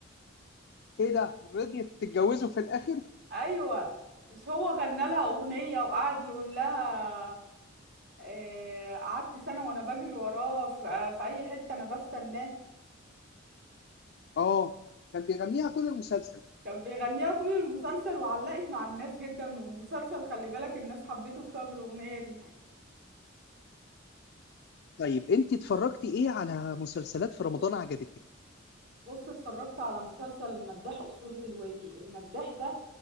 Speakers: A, on the left; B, on the right.
A: ايه ده رضيت تتجوزه في الاخر
B: ايوه مش هو غنى لها اغنية وقعد يقول لها آه، قعدت سنة وانا بجري وراه في آه، في اي حتة انا بستناه
A: اه كان بيغنيها طول المسلسل
B: كان بيغنيها طول المسلسل وعلقت مع الناس جدا والمسلسل خلي بالك الناس حبيته بسبب الاغنية دي
A: طيب انت اتفرجتي ايه على مسلسلات في رمضان عجبتك
B: بص اتفرجت على مسلسل المداح أسطورة الوادي المداح ده